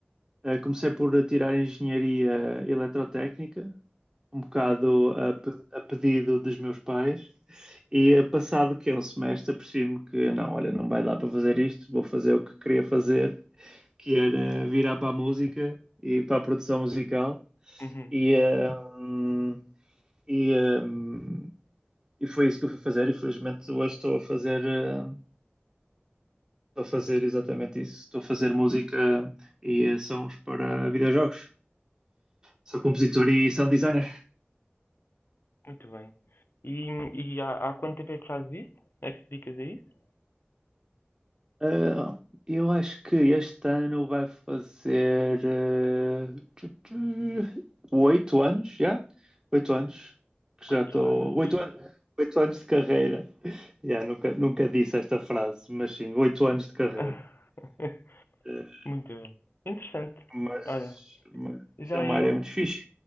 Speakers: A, on the right (about 15°); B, on the left (about 65°).
A: eh, comecei por tirar engenharia eletrotécnica, um bocado
B: Uhum,
A: a, pe- a pedido dos meus pais, e eh, passado que é um semestre, apercebi-me que não, olha, não vai dar para fazer isto, vou fazer o que queria fazer. que era virar para a música e para a produção musical.
B: uhum.
A: E, um, e, um, e foi isso que eu fui fazer. E felizmente hoje estou a fazer, uh, estou a fazer
B: Música.
A: exatamente isso. Estou a fazer música e eh, sons para videojogos. Sou compositor e sound designer.
B: Muito bem. E, e há, há quanto tempo é que fazes isso? É que te dedicas a isso?
A: Ah, eu acho que este ano vai fazer eh, tu, tu, oito anos, já? Oito anos que
B: Oito
A: já estou.
B: anos.
A: Oito anos, oito anos de carreira. Já, nunca, nunca disse esta frase, mas sim, oito anos de carreira.
B: <laughs>
A: Eh,
B: Muito bem. Interessante.
A: mas,
B: Olha,
A: mas
B: já
A: é uma
B: eu.
A: área muito fixe.